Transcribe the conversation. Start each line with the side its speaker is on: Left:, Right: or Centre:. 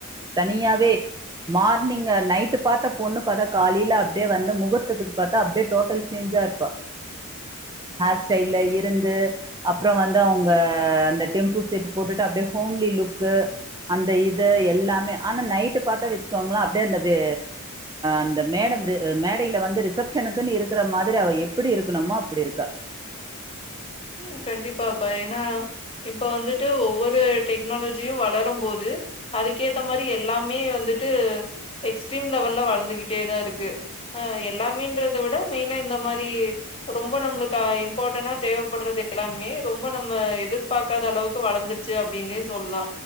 Right: தனியாவே மார்னிங்கு நைட்டு பாத்த பொண்ணு பாத்தா காலேல அப்டியே வந்து முகூர்த்தத்துக்கு பாத்தா அப்டியே டோட்டல் சேஞ்சா ருப் ப்பா ஹேர் ஸ்டைல்ல இருந்து அப்புறம் வந்து அவுங்க அந்த டெம்பூ செட் போட்டுட்டு அப்டியே ஹோம்லி லுக்கு அந்த இது எல்லாமே ஆனா நைட்டு பாத்தா வச்சுக்கோங்ளே அப்டியே அந்த வெ அந்த மேட ந்து அ மேடையில வந்து ரிசப்ஷனுக்குன்னு இருக்குற மாதிரி அவ எப் பிடி இருக்கணுமோ அப்பிடி இருக்கு
Left: ம் கண்டிப்பா இப்ப ஏன்னா இப்ப வந்துட்டு ஒவ்வொரு டெக்னாலஜியு வளரும் போது து அதுக்கேத்த மாரி எல்லாமே வந்துட்டு எக்ஸ்ட்ரீம் லெவல்ல வளந்துகிட்டேதா இருக்கு அ எல்லாமேன்றத விட மெய்னா இந்த மாரி ரொம்ப நம்மளுக்கு இம்பாட்டனா தேவப்பட்றது எல்லாமே ரொம்ப நம்ம எதிர்பாக்காத அளவுக்கு வளந்துருச்சு அப்டின்னே சொல்லா